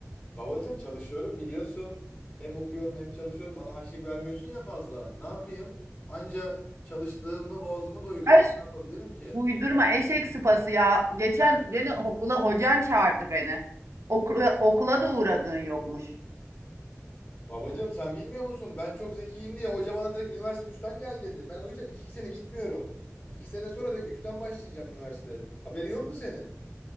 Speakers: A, on the left; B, on the right.
A: Babacım çalışıyorum biliyorsun. Hem okuyorum hem çalışıyorum. Bana harçlık vermiyorsun ya fazla. Ne yapayım? Anca çalıştığımla boğazımı doyuruyorum.
B: Öz,
A: Ne yapabilirim ki?
B: uydurma eşek sıpası ya. Geçen gene okula hocan çağırdı beni. Okula, okula da uğradığın yokmuş.
A: Babacım sen bilmiyor musun? Ben çok zekiyim diye hoca bana direkt üniversite üçten gel dedi. Ben o yüzden 2 sene gitmiyorum. 2 sene sonra da üçten başlayacağım üniversite. Haberin yok mu senin?